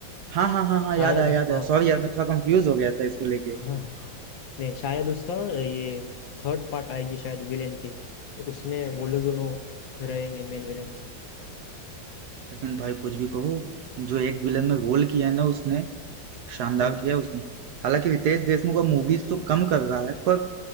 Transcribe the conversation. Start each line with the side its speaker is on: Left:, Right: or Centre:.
Right: हाँ, हाँ, हाँ, हाँ,
Left: शायद
Right: याद आया याद
Left: हाँ
Right: आया। सॉरी यार मैं थोड़ा कंफ्यूज हो गया था इसको लेके।
Left: <laughs> हाँ नहीं शायद उसका अ, ये थर्ड पार्ट आएगी शायद विलेन की तो उसमें वो लोग दोनों रहेंगे मेन विलेन
Right: लेकिन भाई कुछ भी कहो जो एक विलन में रोल किया है ना उसने शानदार
Left: हम्म
Right: किया है उसने। हालांकि रितेश देशमुख अब मूवीज तो कम कर रहा है पर